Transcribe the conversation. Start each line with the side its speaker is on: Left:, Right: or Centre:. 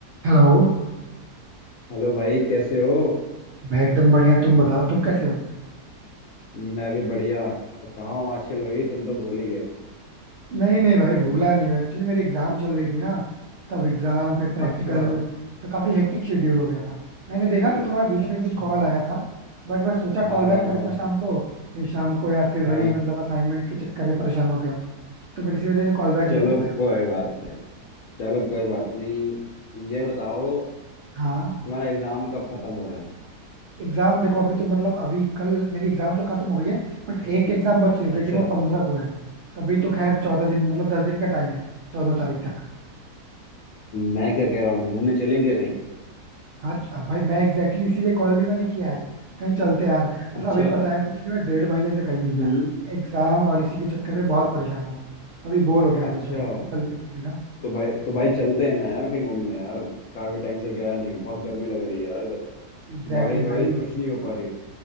Right: हेलो
Left: हेलो भाई कैसे हो
Right: मैं एकदम बढ़िया तुम बताओ तुम कैसे हो
Left: मैं भी बढ़िया और कहाँ हूँ आजकल भाई तुम तो भूल ही गए
Right: नहीं नहीं भाई भूला नहीं मैं एक्चुअली मेरी एग्जाम चल रही थी ना तब एग्जाम फिर प्रैक्टिकल
Left: अच्छा
Right: तो काफी हेक्टिक शेड्यूल हो गया था मैंने देखा था तुम्हारा बीच
Left: अच्छा
Right: में एक दिन कॉल आया था बट मैं सोचा
Left: हाँ
Right: कॉल
Left: हाँ
Right: बैक करूंगा
Left: हाँ
Right: शाम को फिर शाम को यार फिर वही
Left: हाँ
Right: मतलब असाइनमेंट के चक्कर में परेशान हो गया तो फिर इसी वजह से कॉल बैक नहीं
Left: चलो
Right: कर पाया मुझे
Left: कोई बात नहीं चलो कोई बात नहीं ये बताओ
Right: हाँ
Left: तुम्हारा एग्जाम कब खत्म हो रहे हैं
Right: एग्जाम देखो अभी तो मतलब अभी कल मेरी एग्जाम तो खत्म हो गई है बट एक एग्जाम बची है
Left: अच्छा
Right: लेकिन वो पंद्रह को है तो अभी तो खैर चौदह दिन मतलब दस दिन का टाइम है चौदह तारीख तक
Left: मैं क्या कह रहा हूँ घूमने चलेंगे कहीं
Right: हाँ अब भाई मैं एग्जैक्टली exactly इसीलिए कॉल भी मैंने किया है कहीं चलते हैं यार मतलब
Left: अच्छा
Right: अभी पता है पिछली बार डेढ़ महीने से कहीं नहीं
Left: हम्म
Right: गया एग्जाम और इसी के चक्कर में बहुत परेशान हूँ तभी बोर हो गया
Left: अच्छा
Right: हूँ एकदम से कहीं चलते हैं घूमने ना
Left: तो भाई तो भाई चलते हैं ना यार कहीं घूमने यार काफी टाइम से गया नहीं हूँ बहुत गर्मी लग रही है यार इधर
Right: एग्जैक्टली
Left: बारिश
Right: exactly
Left: वारिश
Right: भाई
Left: कुछ नहीं हो पा रही